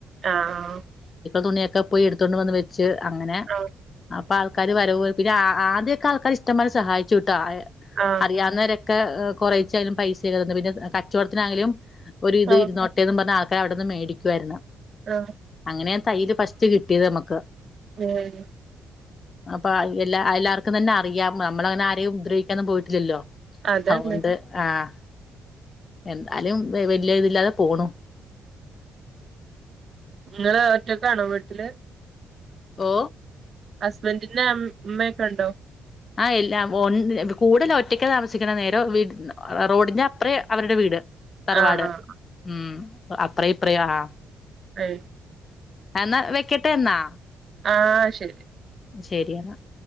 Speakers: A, on the right; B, on the left.
A: ആഹ് ആ
B: തുണിയൊക്കെ പോയി എടുത്തൊണ്ട് വന്ന് വെച്ച് അങ്ങനെ-
A: ആഹ്
B: അപ്പ ആൾക്കാര് വരവ് പിന്നെ ആദ്യമൊക്കെ ആൾക്കാരിഷ്ടപോലെ സഹായിച്ചു ട്ടോ
A: ആഹ്
B: അറിയാവുന്നവരെ- ക്കെ കൊറേച്ചായാലും പൈസയൊക്കെ തന്നു പിന്നെ കചോടത്തിന് ആണ്ണെങ്കിലും ഒരു ഇത്
A: ആഹ്
B: ഇരുന്നോട്ടേന്ന് പറഞ് ആ- അവിടെന്ന് മേടിക്കുവായിരുന്നു
A: ആഹ്
B: അങ്ങനെയാ തൈയ്യല് ഫസ്റ്റ് കിട്ടിയത് നമുക്ക്
A: ഉം <unintelligible>
B: അപ്പൊ എല്ലാ എല്ലാവർക്കും തന്നെ അറിയാം നമ്മള് അങ്ങനെ ആരെയും ഉദ്രവിക്കാനൊന്നും പോയിട്ടില്ലല്ലോ
A: അതന്നെ
B: അതൊണ്ട് ആഹ് എന്താലും വലിയ ഇതില്ലാതെ പോണു
A: നിങ്ങള് ഒറ്റക്കാണോ വീട്ടില്
B: ഓ
A: ഹസ്ബൻറിന്റെ അ അമ്മയൊക്കെ ഉണ്ടോ
B: ആഹ് എല്ലാം ഒ കൂടുതൽ ഒറ്റക്ക് താമസിക്കണ നേരോ റോഡിന്റെ അപ്പറേം അവരുടെ വീട് തറവാട്
A: ആഹ് ആഹ്
B: ഉം അപ്രയും ഇപ്രയും ആഹ
A: അയി
B: എന്നാ വെക്കട്ടെ എന്നാ
A: ആഹ് ശരി
B: ശരിയെന്നാ